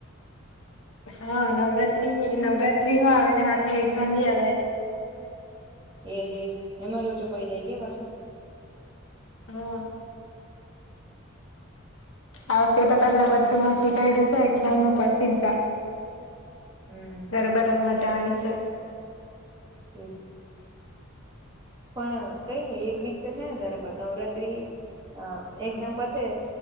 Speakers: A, on the left (about 75°); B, on the right (about 20°).
A: <inaudible> હા નવરાત્ર્રી નવરાત્ર્રી હો આવેને હાથે એક્ઝામ ભી આવે
B: એજ એજ એમાં લોચો પડી જાય કે પાછો
A: હાં આ વખતે તો પેલા બધું વાંચી કા્યું છે એક્ઝામ નું પ્રસિજ
B: હમ
A: ઘરબર રમવા જવાની છે
B: હમ પણ કઈ નઈ એક વીક તો છે ને તારે પણ નવરાત્રી હ એક્ઝામ પતે